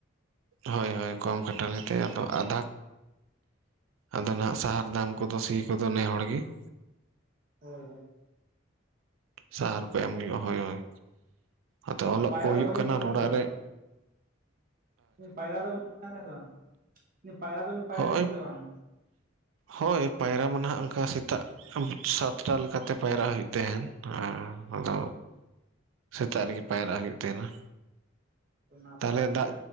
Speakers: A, on the right; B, on the right.
A: ᱦᱳᱭ ᱦᱳᱭ ᱠᱚᱢ ᱠᱷᱟᱹᱴᱟᱞᱤᱛᱮ ᱟᱫᱚ ᱟᱫᱷᱟ ᱟᱫᱚ ᱱᱟᱸᱜ ᱥᱟᱦᱟᱨ ᱫᱟᱢ ᱠᱚᱫᱚ ᱥᱤ ᱠᱚᱫᱚ ᱱᱮ ᱦᱚᱲ ᱜᱤ ᱾
B: ᱦᱚᱭ ᱦᱚᱭ ᱾
A: ᱥᱟᱦᱟᱨ ᱠᱚ ᱮᱢ ᱦᱩᱭᱩᱜᱼᱟ ᱦᱳᱭ ᱦᱳᱭ, ᱟᱫᱚ ᱚᱞᱚᱜ
B: ᱯᱟᱭᱨᱟ
A: ᱠᱚ ᱦᱩᱭᱩᱜ
B: ᱫᱚ ᱦᱩᱭᱮᱱ
A: ᱠᱟᱱᱟ
B: ᱛᱟᱵᱤᱱᱟ
A: ᱚᱲᱟᱜ
B: ᱥᱮ ᱵᱟᱝ
A: ᱨᱮ ᱾
B: ᱯᱟᱭᱨᱟ ᱫᱚᱵᱮᱱ ᱯᱟᱭᱨᱟ ᱯᱟᱭᱨᱟ ᱫᱚᱵᱮᱱ ᱯᱟᱭᱨᱟ ᱭᱮᱱᱟ ᱥᱮ ᱵᱟᱝ ᱯᱟᱭᱨᱟ ᱫᱚᱵᱮᱱ ᱯᱟᱭᱨᱟ
A: ᱦᱳᱭ
B: ᱭᱮᱱᱟ ᱥᱮ ᱵᱟᱝ?
A: ᱦᱳᱭ ᱯᱟᱭᱨᱟ ᱢᱟ ᱱᱟᱸᱜ ᱚᱱᱠᱟ ᱥᱮᱛᱟᱜ <unintelligible> ᱥᱟᱛᱴᱟ ᱞᱮᱠᱟᱛᱮ ᱯᱟᱭᱨᱟᱜ ᱦᱩᱭᱩᱜ ᱛᱟᱦᱮᱸᱱ ᱾ ᱦᱮᱸ ᱟᱫᱚ ᱥᱮᱛᱟᱜ ᱨᱮᱜᱮ ᱯᱟᱭᱨᱟᱜ ᱦᱩᱭᱩᱜ ᱛᱟᱦᱮᱱᱟ ᱾
B: ᱱᱟᱯᱟᱭ
A: ᱛᱟᱦᱞᱮ
B: ᱚᱱᱟᱜᱮ
A: ᱫᱟᱜ,